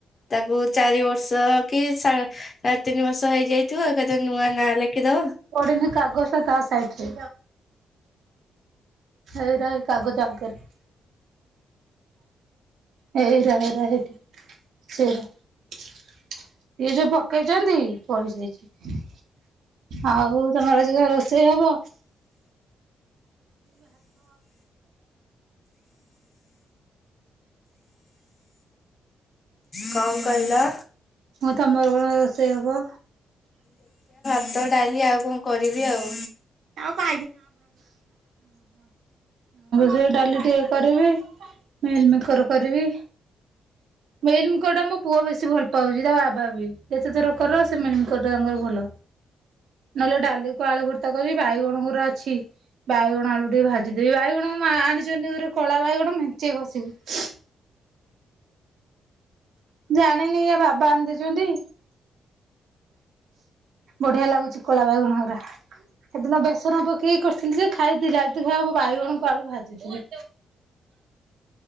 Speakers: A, on the left (about 30°); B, on the right (about 70°).
A: ତାକୁ ଚାରି ବର୍ଷ କି ସା ଆ ତିନି ବର୍ଷ ହେଇଯାଇଥିବ ଏକାଥରେ ନୂଆ ନାଁ ଲେଖିଦବ।
B: ପଡ଼ିନୀ କାଗଜଟା ତା ସାଇଟ ରେ ହେଇଟା ହେଇ କାଗଜ ଆଗରେ। ହେଇରା ହେଇରା ହେଇଠି ସେଇରା। ଇଏ ଯୋଉ ପକେଇଛନ୍ତି ପଡ଼ି ଯାଇଛି। ଆଉ ତମର ଆଜି କଣ ରୋଷେଇ ହବ?
A: କଣ କହିଲ?
B: ହଁ ତମର କଣ ରୋଷେଇ ହବ?
A: ହଟ ଡାଲି ଆଉ କଣ କରିବି ଆଉ।
B: ମୁଁ ତ ସେଇ ଡାଲି ଟିକେ କରିବି। ମିଲ ମିକର କରିବି। ମେଲମିକରଟା ମୋ ପୁଅ ବେଶୀ ଭଲ ପାଉଛି ତା ବାବା ବି ଯେତେ ଥର କର ସେ ମେଲମିକରଟା ତାଙ୍କର ଭଲ। ନହେଲେ ଡାଲିକୁ ଆଳୁ ଭର୍ତ୍ତା କରିବି ବାଇଗଣ ଗୁରା ଅଛି। ବାଇଗଣ ଆଳୁ ଟିକେ ଭାଜିଦେବି ବାଇଗଣ ଆଣିଛନ୍ତି ଗୁରେ କଳା ବାଇଗଣ ମେଞ୍ଚେ କଷିକି। ଜାଣିନି ୟା ବାବା ଆଣିିଦେଇଛନ୍ତି। ବଢ଼ିଆ ଲାଗୁଛି କଳା ବାଇଗଣ ଗୁରା। ହେଦିନ ବେସନ ପକେଇକି କରିଥିଲି ଯେ ଖାଇଥିଲି ଆଜି <unintelligible> ବାଇଗଣଙ୍କୁ ଆଳୁ ଭାଜିଦେବୀ। <inaudible>